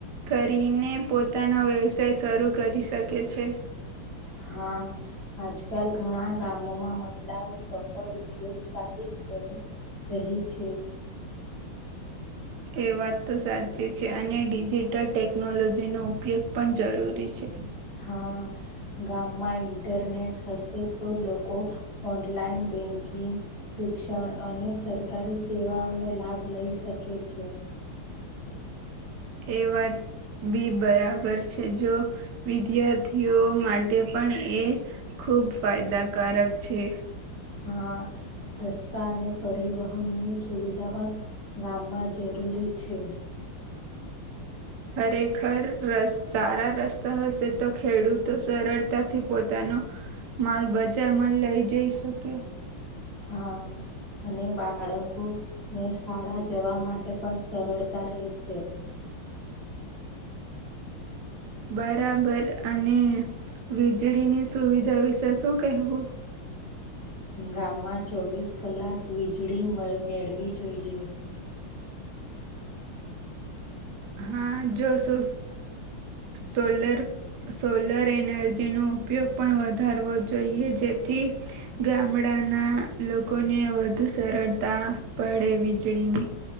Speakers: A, on the right; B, on the left.
A: કરીને પોતાનો વ્યવસાય શરૂ કરી શકે છે.
B: હા આજ કાલ ઘણા ગામોમાં મહિલાઓ સફળ ઉદ્યોગશાહીક બની રહી છે.
A: એ વાત તો સાચી છે, અને ડિજિટલ ટેકનોલોજીનો ઉપયોગ પણ જરૂરી છે.
B: હા ગામમાં ઇન્ટરનેટ હશે તો લોકો ઓનલાઈન બેંકિગ શિક્ષણ અને સરકારી સેવાઓનો લાભ લઈ શકે છે.
A: એ વાત બી બરાબર છે, જો વિદ્યાર્થીઓ માટે પણ એ ખૂબ ફાયદાકારક છે.
B: હ રસ્તા અને પરિવહનની સુવિધા પણ ગામમાં જરૂરી પૂછ્યું.
A: ખરેખર સારા રસ્તા હશે તો ખેડૂતો સરળતાથી પોતાના ન માલ બજારમાં લઈ જઈ શકે.
B: હા અને બાળકોને શાળા જવા માટે પણ સરળતા રહેશે.
A: બરાબર અને વીજળીની સુવિધા વિશે શું કહેવું.
B: ગામમાં ચોવીસ કલાક વીજળી મેળવી જોઈએ.
A: હા જો સો સોલર સોલર એનર્જી નો ઉપયોગ પણ વધારવો જોઈએ જેથી ગામડા ના લોકોને વધુ સરળતા પડે વીજળીની